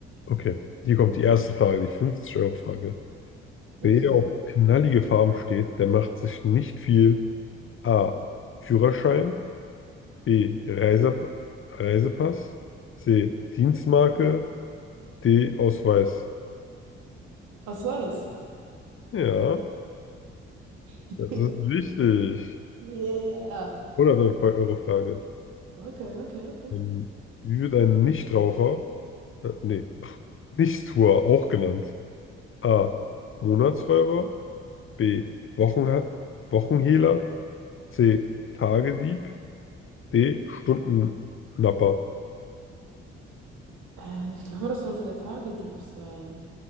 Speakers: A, on the left; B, on the right.
A: Okay, hier kommt die erste Frage, die 50-Euro-Frage. Wer
B: Okay.
A: auf knallige Farben steht, der macht sich nicht viel A. Führerschein, B. Reisep Reisepass. C. Dienstmarke. D. Ausweis.
B: Was weiß?
A: Ja,
B: <laughs>
A: das ist richtig.
B: Yeah.
A: 100-Euro-Frage.
B: Okay, okay, okay.
A: Ähm, wie wird ein Nichtraucher, äh, nee, <laughs> pff, Nichtstuer auch genannt? A. Monatsräuber. B. Wochenha Wochenhehler. C. Tagedieb. D. Stundennapper.
B: Äh, ich glaube, das sollte der Tagedieb sein.